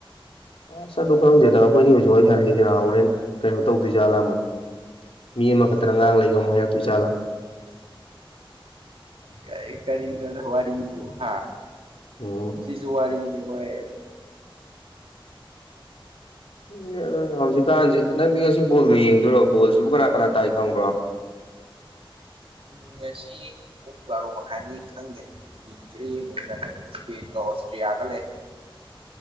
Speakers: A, on the left; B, on the right.
A: ꯑꯁ ꯑꯗꯨ
B: ꯑꯗꯨꯅꯤ
A: ꯈꯪꯗꯦꯗ ꯑꯩꯈꯣꯏꯅꯤ ꯍꯧꯖꯤꯛ ꯋꯥꯔꯤ ꯁꯥꯥꯟꯅꯩꯁꯦ ꯅꯥ ꯍꯣꯔꯦꯟ ꯀꯩꯅꯣ ꯇꯧꯗꯣꯏꯖꯥꯠꯂꯥ ꯑꯃꯣꯛ ꯃꯤ ꯑꯃꯈꯛꯇꯅ ꯉꯥꯡ ꯂꯩꯒ ꯃꯨꯛ ꯍꯥꯏꯔꯛꯇꯣꯏ ꯖꯥꯠꯂꯥ
B: ꯀꯩ ꯀꯔꯤꯅꯣꯗ ꯋꯥꯔꯤꯕꯨ ꯍꯥ
A: ꯎꯝ
B: ꯁꯤꯖꯨ ꯋꯥꯔꯤꯅꯤ ꯍꯣꯏ
A: <unintelligible> ꯍꯧꯖꯤꯛꯀꯥꯟꯖꯤ ꯅꯪꯗꯤ ꯉꯁꯤ ꯕꯣꯜꯒ ꯌꯦꯡꯗꯣꯏꯔꯣ ꯕꯣꯜꯖꯤꯕꯨ ꯀꯅꯥ ꯀꯅꯥ ꯇꯥꯏ ꯈꯪꯕ꯭ꯔꯣ
B: ꯎꯝ ꯉꯁꯤ ꯄꯨꯡ ꯕꯥꯔꯣ ꯃꯈꯥꯏꯅꯤ ꯈꯪꯗꯦ ꯌꯦꯡꯁꯤꯔꯥ ꯌꯦꯡꯉꯣꯏꯁꯤꯔꯥ ꯈꯜꯂꯤꯅꯤ ꯏꯁꯄꯦꯟꯒ ꯑꯣꯁꯇ꯭ꯔꯤꯌꯥꯒ ꯂꯩ